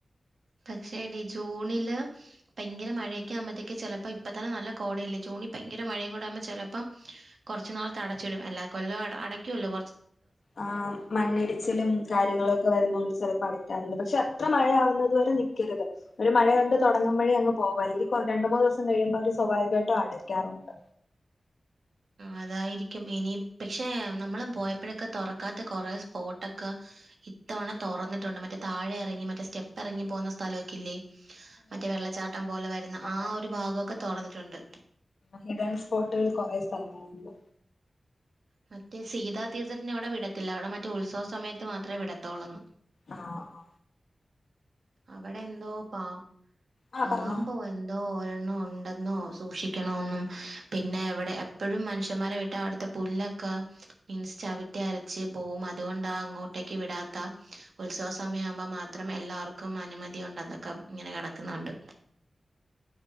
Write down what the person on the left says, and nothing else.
ആ മണ്ണിടിച്ചിലും കാര്യങ്ങളുംഒക്കെ വരുന്നോണ്ട് ചിലപ്പോ അട കറണ്ട് പക്ഷെ അത്ര മഴ ആവുന്നുദ് വരെ നിക്കക്കരുത് ഒരു മഴ കണ്ട് തുടങ്ങുമ്പയെ അങ്ങ് പോവാ എങ്കി രണ്ട് മൂന്ന് ദിവസം കഴിയുമ്പോ അവര് സ്വാഭാവികമായിട്ടും അടക്കാറുണ്ട്
അതെ
ഹിഡൻ സ്പോട്ടുകൾ കോറെ സ്ഥലങ്ങളുണ്ട്
ആ അ
ആ
പറഞ്ഞോ